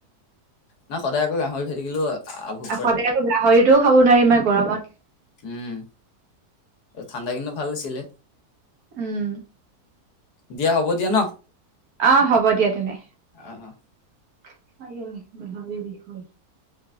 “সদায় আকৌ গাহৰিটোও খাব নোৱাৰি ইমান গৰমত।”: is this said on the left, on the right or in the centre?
Right